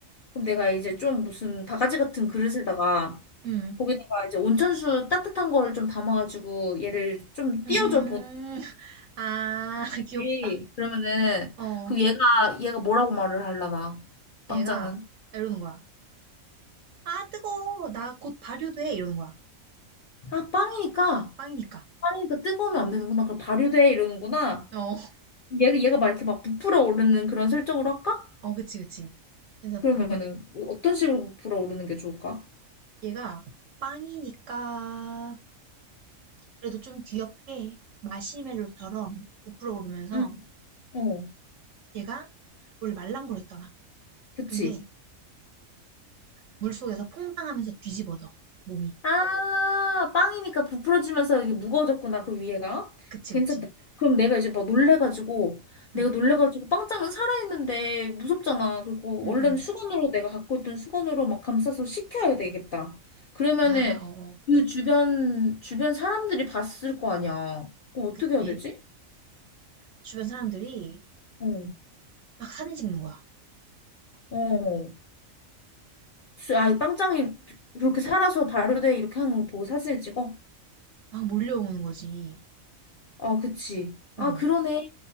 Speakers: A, on the left; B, on the right.
A: 그럼 내가 이제 좀 무슨 바가지 같은 그릇에다가,
B: 응,
A: 거기다가 이제 온천수 따뜻한 거를 좀 담아가지고 얘를 좀 띄워줘
B: 음, <laughs> 아, <laughs>
A: 보는지.
B: 귀엽다.
A: 그러면은,
B: 어.
A: 그 얘가, 얘가 뭐라고 말을 하려나, 빵짱은.
B: 얘가 이러는 거야. 아, 뜨거워. 나 곧 발효돼. 이러는 거야.
A: 아, 빵이니까,
B: 빵이니까.
A: 빵이니까 뜨거우면 안 되는구나. 그럼 발효돼, 이러는구나.
B: 어,
A: 얘가, 얘가 막 이렇게 막 부풀어 오르는 그런 설정으로 할까?
B: 어, 그치, 그치. 괜찮다.
A: 그러면은 어- 떤 식으로 불어오르는 게 좋을까?
B: 얘가 빵이니까 그래도 좀 귀엽게 마시멜로처럼 부풀어 오르면서
A: 응. 어,
B: 얘가 원래 말랑거렸잖아.
A: 그치.
B: 근데 이렇게 물속에서 퐁당하면서 뒤집어져. 몸이.
A: 아, 빵이니까 부풀어지면서 이게 무거워졌구나, 그 위에가.
B: 그치,
A: 괜찮다.
B: 그치.
A: 그럼 내가 이제 막 놀래가지고, 내가
B: 응,
A: 놀래가지고 빵장은 살아있는데 무섭잖아. 그리고
B: 응,
A: 원래는
B: 응.
A: 수건으로 내가 갖고 있던 수건으로 막 감싸서 식혀야 되겠다. 그러면은
B: 아, 어, 어.
A: 그 주변, 주변 사람들이 봤을 거 아니야. 그럼
B: 그치.
A: 어떻게 해야 되지?
B: 주변 사람들이
A: 어,
B: 막 사진 찍는 거야.
A: 어. 수- 아, 빵짱이 그렇게 살아서 발효돼 이렇게 하는 걸 보고 사진을 찍어?
B: 막 몰려오는 거지.
A: 아, 그치.
B: 어,
A: 아, 그러네.